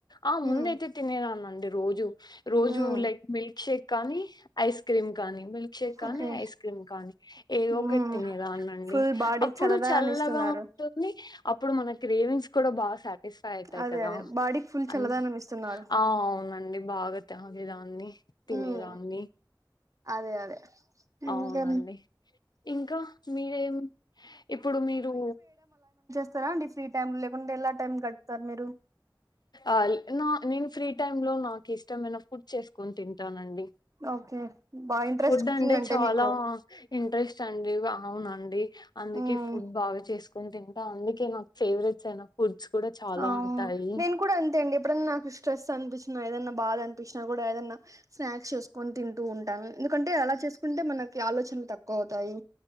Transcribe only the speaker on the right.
మ్మ్
మ్మ్
ఓకే
మ్మ్
ఫుల్ బాడీకి
చల్లదనాన్ని
ఇస్తున్నారు
అదే
అదే బాడీకి ఫుల్
చల్లదనం ఇస్తున్నారు
మ్మ్ అదే అదే
ఇంకా
స్తారా అండి ఫ్రీ టైమ్ లో లేకుంటేలా టైం గడుపుతారు మీరు
ఓకే బాగా ఇంట్రెస్ట్
కుకింగ్
మీకు
మ్మ్
అవ్
నేను కూడా అంతే అండి ఎప్పుడన్నా నాకు స్ట్రెస్ అనిపిచ్చిన ఏదన్నా బాధ అనిపించినా కూడా ఏదన్నా స్నాక్స్ చేసుకొని తింటూ ఉంటాను ఎందుకంటే అలా చేసుకొ అంటే మనకి ఆలోచనలు తక్కువ అవుతాయి